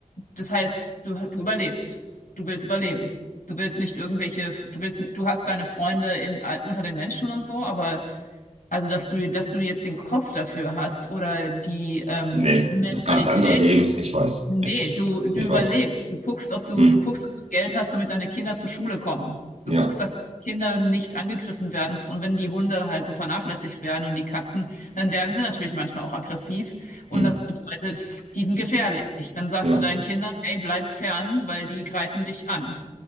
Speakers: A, on the left; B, on the right.
A: das heißt, du, du überlebst. Du willst überleben. Du willst nicht irgendwelche, du willst, du hast deine Freunde in, unter den Menschen und so, aber also, dass du, dass du jetzt den Kopf dafür hast oder die ähm,
B: Nee,
A: Mentalität
B: das ganz andere Lebens, ich weiß.
A: Nee,
B: Ich,
A: du, du
B: ich
A: überlebst.
B: weiß.
A: Du guckst, ob du,
B: Hm.
A: du guckst, dass du Geld hast, damit deine Kinder zur Schule kommen.
B: Ja,
A: Du guckst, dass Kinder nicht angegriffen werden. Und wenn die Hunde halt so vernachlässigt werden und die Katzen, dann werden sie natürlich manchmal auch aggressiv. Und
B: hm.
A: das bedeutet, die sind gefährlich. Dann sagst
B: ja,
A: du deinen Kindern, hey, bleib fern, weil die greifen dich an.